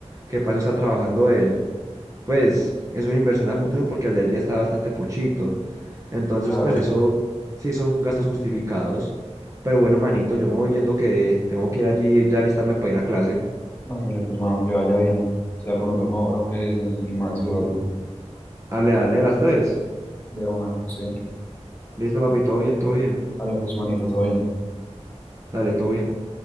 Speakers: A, on the right (about 25°); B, on the left (about 15°).
A: que paso está trabajando él, pues es una inversión a futuro porque el de él ya está bastante pochito. Entonces,
B: claro.
A: pues eso sí son gastos justificados. Pero bueno, manito, yo me voy yendo que tengo que ir allí ya listarme para ir a clase.
B: hágale pues, mano, que le vaya bien. Si algo nos vemos ahora, pues en el gimnasio o algo.
A: Dale, dale, a las tres.
B: De una, sí.
A: Listo, papi, todo bien, todo bien.
B: Dale pues, manito, todo bien.
A: Dale, todo bien.